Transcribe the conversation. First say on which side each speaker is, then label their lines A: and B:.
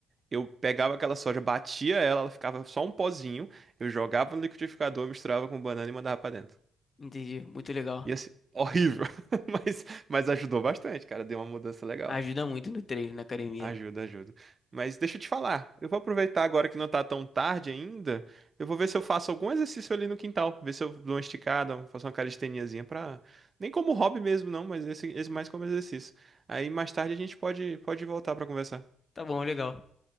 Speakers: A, on the right (about 35°); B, on the left (about 35°).
A: Eu pegava aquela soja, batia ela, ela ficava só um pozinho. Eu jogava no liquidificador, misturava com banana e mandava pra dentro.
B: entendi. Muito legal.
A: E assim, horrível. <laughs> Mas, mas ajudou bastante, cara. Deu uma mudança legal.
B: Ajuda muito no treino, na academia.
A: Ajuda, ajuda. Mas deixa eu te falar, eu vou aproveitar agora que não tá tão tarde ainda, eu vou ver se eu faço algum exercício ali no quintal, ver se eu dou uma esticada, faço uma calisteniazinha pra... Nem como hobby mesmo não, mas esse, esse mais como exercício. Aí mais tarde a gente pode, pode voltar pra conversar.
B: Tá bom, legal.